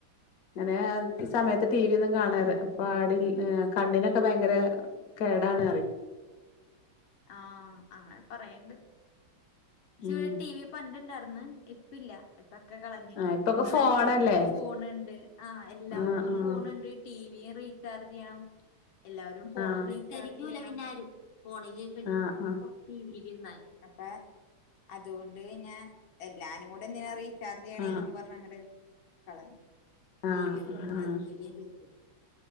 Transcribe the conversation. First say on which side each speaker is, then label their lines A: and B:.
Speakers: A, on the left; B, on the left.
A: അങ്ങനെ ഈ സമയത്ത് ടി വി ഒന്നും കാണാറ് പാടില്ല് ഏഹ് കണ്ണിനൊക്കെ ഭയങ്കര കേടാണ് പറയും
B: ആഹ് ആഹ് പറയണ്ട് ഉം പക്ഷെ
A: ഉം
B: ഇവിടെ ടി വി പണ്ടെണ്ടാർന്ന് ഇപ്പോ ഇല്ല്യ ഇപ് ഇപ്പത്തെ കളഞ്ഞ്.
A: ആഹ് ഇപ്പൊക്കെ
B: കാരണം
A: ഫോണല്ലേ
B: എല്ലാവർക്കും ഫോൺ ഉണ്ട് ആഹ് എല്ലാവർക്കും
A: ആഹ് ആഹ്
B: ഫോൺ ഉണ്ട് ടി വി യും റീചാർജ് ചെയ്യണം എല്ലാവരും ഫോണും
A: ആഹ്
B: റീചർജ് ചെയ്യണം <unintelligible>
A: ആഹ്
B: ഫോൺ ടി വി ല് ഇരുന്നാൽ. അപ്പോ അതുകൊണ്ട് പിന്ന എല്ലാരും കൂടെ എന്തിനാ റി ചാർജ് ചെയ്യണെന്നും
A: ആഹ് ആഹ്
B: പറഞ് അങ്ങട് കളഞ് ടി
A: ആഹ്
B: വി
A: ആഹ് ആഹ് ആഹ്
B: കൊട്ത്ത്